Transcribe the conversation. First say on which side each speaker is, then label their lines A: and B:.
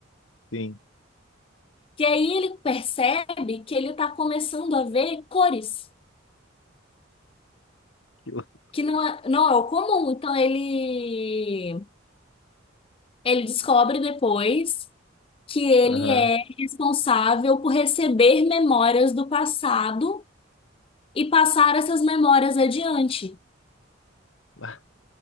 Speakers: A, on the left (about 75°); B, on the left (about 25°).
A: Sim.
B: E aí ele percebe que ele está começando a ver cores,
A: Que louco.
B: que não é, não é o comum. Então ele, ele descobre depois que ele
A: Aham.
B: é responsável por receber memórias do passado e passar essas memórias adiante.
A: Ah,